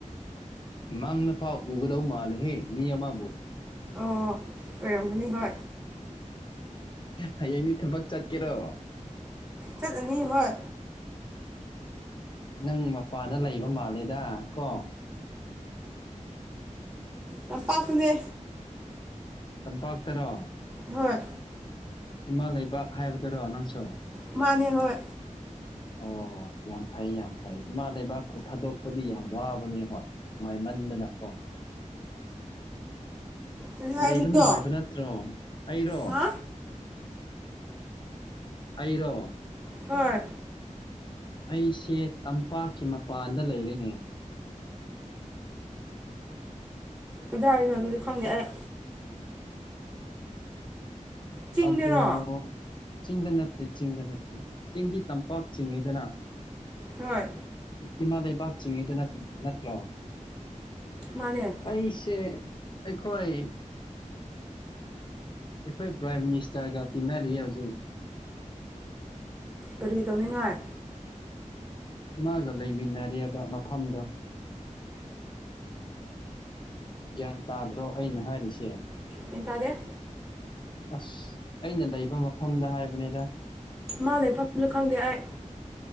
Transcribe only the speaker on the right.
ꯑꯣ ꯑꯣꯏꯔꯝꯒꯅꯤ ꯍꯣꯏ
ꯆꯠꯅꯤ ꯍꯣꯏ
ꯂꯝꯄꯥꯛꯇꯅꯦ
ꯍꯣꯏ
ꯃꯥꯅꯦ ꯍꯣꯏ
ꯀꯔꯤ ꯍꯥꯏꯕꯅꯣ
ꯍꯥ
ꯍꯣꯏ
ꯀꯗꯥꯥꯏꯅꯣ ꯑꯗꯨꯗꯤ ꯈꯪꯗꯦ ꯑꯩ ꯆꯤꯡꯗꯔꯣ
ꯍꯣꯏ
ꯃꯥꯅꯦ
ꯀꯔꯤ ꯇꯧꯅꯤꯡꯉꯥꯏ
ꯒꯌ꯭ꯥꯟ ꯇꯥꯗꯦ
ꯃꯥꯂꯩꯐꯝꯁꯨ ꯈꯪꯗꯦ ꯑꯩ